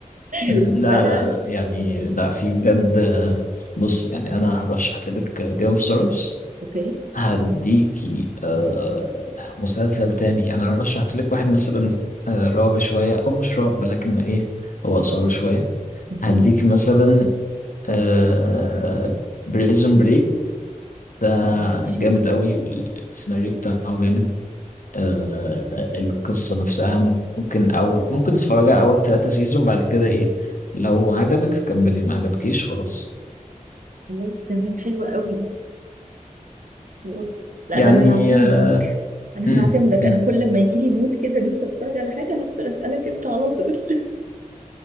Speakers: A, on the left; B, on the right.
A: مم،
B: <laughs>
A: لا
B: فانا
A: لا لا يعني لا في بجد آه، بص يعني انا هرشحت لك جيم اوف ثرونز
B: اوكي
A: هديكي آه مسلسل تاني يعني انا رشحت لك واحد مثلا آه رعب شويه او مش رعب لكن ايه هو اثاره شويه
B: اوكي
A: هديكي مثلا آه بريزون بريك ده
B: ماشي
A: جامد قوي السيناريو بتاعه جامد آه القصه نفسها ممكن اول ممكن تتفرجي على اول ثلاثة سيزون بعد كده ايه لو عجبك كملي ما عجبكيش خلاص
B: خلاص تمام حلو قوي خلاص لا
A: يعني
B: ده انا هعتمدك
A: آه،
B: انا
A: مم،
B: هعتمدك
A: مم.
B: انا كل ما يجي لي مود كده نفسي اتفرج على حاجه هدخل اسالك انت على طول <laughs>